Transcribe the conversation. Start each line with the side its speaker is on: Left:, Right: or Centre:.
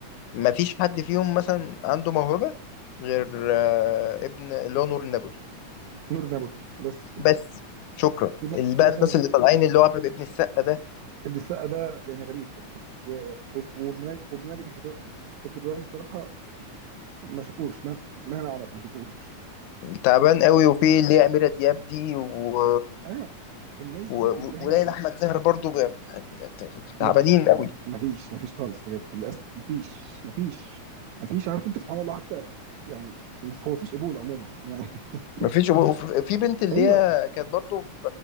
Left: ما فيش حد فيهم مثلا عنده موهبه غير آه، ابن اللي هو نور النبوي
Right: نور نبوي بس
Left: بس شكرا
Right: في م-
Left: اللي
Right: في
Left: بقى
Right: مثلا
Left: الناس اللي طالعين اللي هو عبد ابن السقا ده
Right: ابن السقا ده يعني غريب و- وب- وابن ماجد وابن ماجد الكدو- الكدواني الصراحه ما شافوش مه- مهما عمل ما شافوش
Left: تعبان
Right: و...
Left: قوي وفي اللي هي أميرة دياب دي و...
Right: ايوه الناس
Left: و...
Right: دي كلها
Left: وليلى احمد زاهر برضو ب- يعني تعبانين
Right: لا ما
Left: قوي
Right: ما فيش ما فيش خالص بجد للاسف ما فيش ما فيش ما فيش عارف انت سبحان الله حتى يعني مف- هو فيش قبول عموما يعني <laughs>
Left: ما فيش وف- في بنت اللي
Right: ايوه
Left: هي كانت برضو في